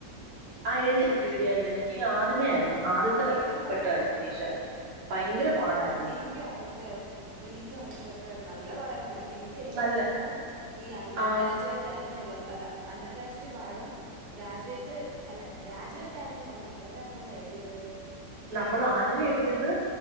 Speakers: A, on the right; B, on the right.
A: ആ എഴുതിയായിരുന്നു എഴുതിയായിരുന്നു എനിക്ക് ആദ്യമേ ആരുന്നു ആദ്യത്തെ
B: എങ്ങനെ ഉണ്ടായിരുന്ന്
A: വട്ടായിരുന്നു പരീക്ഷ. ഭയങ്കര പാടായിരു
B: എനിക്കും ആദ്യത്തെ എനിക്കും ആദ്യത്തെ ഘട്ടായിര്ന്ന് നല്ല പാടായിര്ന്ന്. എനിക്ക് എനിക്ക്
A: നല്ല
B: തോന്നുന്നു ഈ അണ്ടർ
A: ആ
B: ഗ്രാജുവേറ്റ് ആയിരുന്നു. അല്ല അണ്ടർ ഗ്രാജുവേറ്റ് പാടും. ഗ്രാജുവേറ്റ് അല്ല ഗ്രാജുവേറ്റ് ആയിരുന്നു തോന്നു ഏതായിരുന്നു നമ്മൾ എഴുതിയത്?
A: നമ്മൾ ആദ്യമേ
B: ഇപ്പം
A: എഴുതിയത്